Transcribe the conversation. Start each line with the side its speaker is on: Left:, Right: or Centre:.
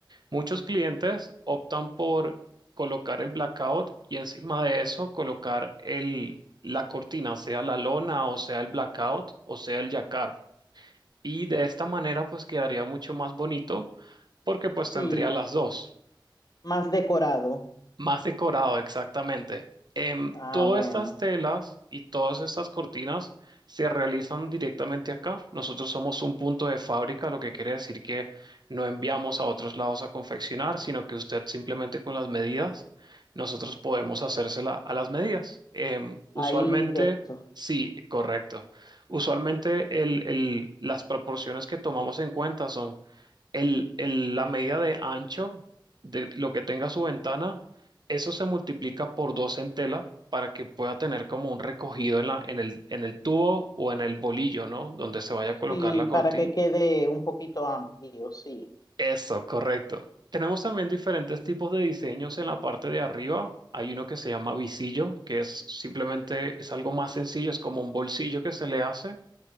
Right: Muchos clientes optan por colocar el blackout y encima de eso colocar el, la cortina, sea la lona o sea el blackout o sea el yacar. Y de esta manera pues quedaría mucho más bonito porque pues tendría
Left: Sí,
Right: las dos.
Left: más decorado.
Right: Más decorado, exactamente. Em,
Left: Ah,
Right: todas
Left: bueno,
Right: estas telas y todas estas cortinas se realizan directamente acá. Nosotros somos un punto de fábrica, lo que quiere decir que no enviamos a otros lados a confeccionar, sino que usted simplemente con las medidas, nosotros podemos hacérsela a las medidas. Em, usualmente,
Left: ahí directo.
Right: sí, correcto. Usualmente el- el- las proporciones que tomamos en cuenta son el- el- la medida de ancho de lo que tenga su ventana, eso se multiplica por dos en tela para que pueda tener como un recogido en la, en el, en el tubo o en el bolillo, ¿no? Donde se vaya a colocar
Left: Sí,
Right: la cortina.
Left: para que quede un poquito amplio, sí.
Right: Eso, correcto. Tenemos también diferentes tipos de diseños en la parte de arriba. Hay uno que se llama visillo, que es simplemente, es algo más sencillo, es como un bolsillo que se le hace